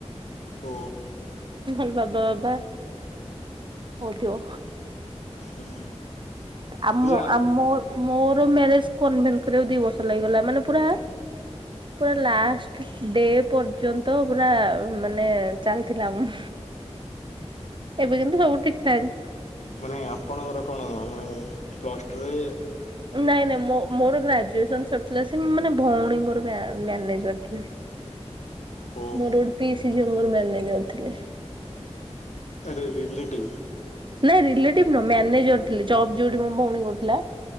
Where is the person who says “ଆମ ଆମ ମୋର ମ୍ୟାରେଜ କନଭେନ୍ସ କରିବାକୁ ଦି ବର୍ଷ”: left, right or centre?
Right